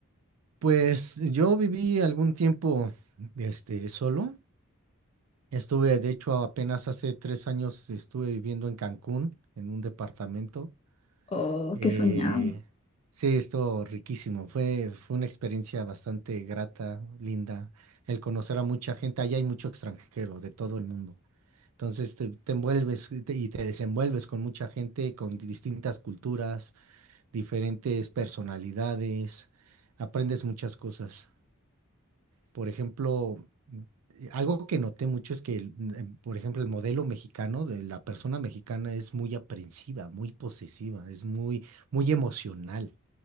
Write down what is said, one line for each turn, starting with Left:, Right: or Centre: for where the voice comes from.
Right: Pues yo viví algún tiempo, este, solo. Estuve, de hecho, apenas hace tres años estuve viviendo en Cancún, en un departamento.
Left: Oh,
Right: Eh,
Left: qué soñado.
Right: sí, estuvo riquísimo. Fue, fue una experiencia bastante grata, linda. El conocer a mucha gente. Allá hay mucho extranjero de todo el mundo. Entonces te, te envuelves y te, y te desenvuelves con mucha gente, con distintas culturas, diferentes personalidades. Aprendes muchas cosas. Por ejemplo, eh, algo que noté mucho es que, el- mm, em, por ejemplo, el modelo mexicano de la persona mexicana es muy aprensiva, muy posesiva, es muy, muy emocional,